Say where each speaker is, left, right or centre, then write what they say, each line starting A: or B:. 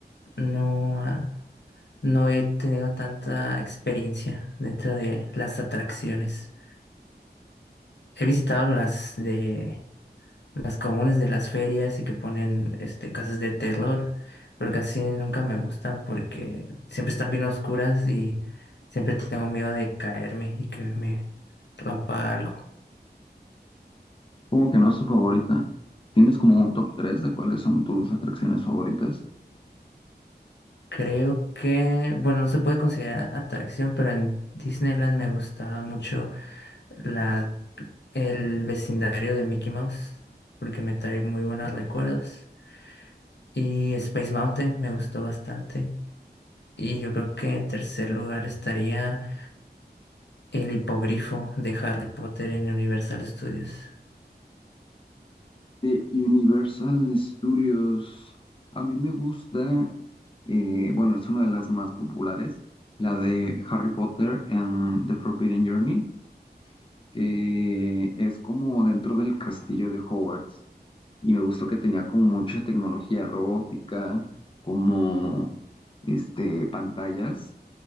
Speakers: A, on the left (about 85°); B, on the left (about 30°).
A: No, ah, no he tenido tanta experiencia dentro de las atracciones. He visitado las de las comunes de las ferias y que ponen este casas de terror, pero casi nunca me gustan porque siempre están bien oscuras y siempre tengo miedo de caerme y que me rompa algo.
B: Como que no es tu favorita. ¿Tienes como un top tres de cuáles son tus atracciones favoritas?
A: Creo que, bueno, no se puede considerar atracción, pero en Disneyland me gustaba mucho la, el vecindario de Mickey Mouse, porque me trae muy buenos recuerdos. Y Space Mountain me gustó bastante. Y yo creo que en tercer lugar estaría el hipogrifo de Harry Potter en Universal Studios.
B: de Universal Studios. A mí me gusta, eh, bueno, es una de las más populares, la de Harry Potter and the Forbidden Journey, que es como dentro del castillo de Hogwarts. Y me gustó que tenía como mucha tecnología robótica, como este, pantallas